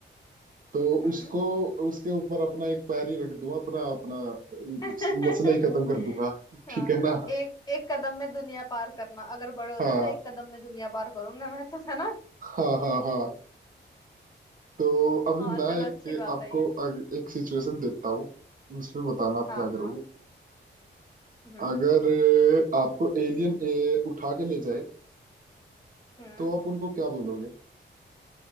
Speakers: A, on the right; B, on the left.
A: तो
B: हम्म
A: उसको उसके ऊपर अपना एक पैर ही रख दूंगा अपना अपना अ,
B: <laughs>
A: मसला ही खत्म कर दूंगा
B: हाँ
A: ठीक है ना
B: एक एक कदम में दुनिया पार करना अगर बड़े होते
A: हाँ
B: तो एक कदम में दुनिया पार करूंगा मैं तो है ना
A: हाँ हाँ हाँ तो अभी
B: हाँ
A: मैं
B: चलो
A: एक
B: अच्छी बात
A: आपको
B: है ये
A: अ- एक सिचुएशन देता हूँ उसमें बताना आप
B: हाँ
A: क्या करोगे
B: हम्म
A: अगर अ, आपको एलियन ए, उठा के ले जाए
B: हम्म
A: तो आप उनको क्या बोलोगे